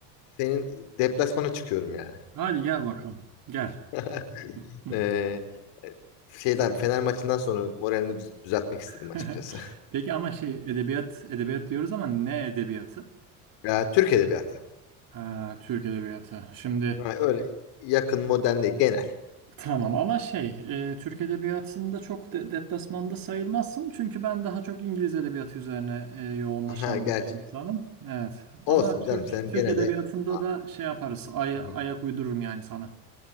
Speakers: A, on the left; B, on the right.
A: senin deplasmana çıkıyorum yani.
B: Hadi gel bakalım. Gel.
A: <laughs>
B: Hı.
A: Ee, şeyden Fener maçından sonra moralini düz- düzeltmek istedim
B: <laughs>
A: açıkçası.
B: Peki ama şey edebiyat edebiyat diyoruz ama ne edebiyatı?
A: <laughs> Ya Türk edebiyatı.
B: Ha, Türk edebiyatı. Şimdi
A: Ha, öyle yakın modern değil genel.
B: tamam ama şey e, Türk edebiyatında çok de deplasmanda sayılmazsın. Çünkü ben daha çok İngiliz edebiyatı üzerine e, yoğunlaşan
A: Ha gerçi
B: bir insanım. Evet.
A: olsun
B: Ama Türk
A: canım sen
B: Türk
A: gene
B: edebiyatında
A: de Aa,
B: da şey yaparız.
A: <laughs>
B: Ay, ayak uydururum yani sana.